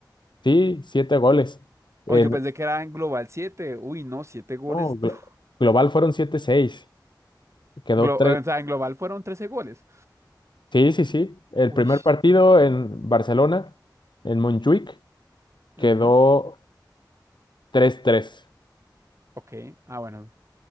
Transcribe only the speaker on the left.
Sí, siete goles. En,
no, glo-
global fueron siete seis. quedó
tres.
Sí, sí, sí. El
primer partido en Barcelona, en Montjuic,
quedó tres tres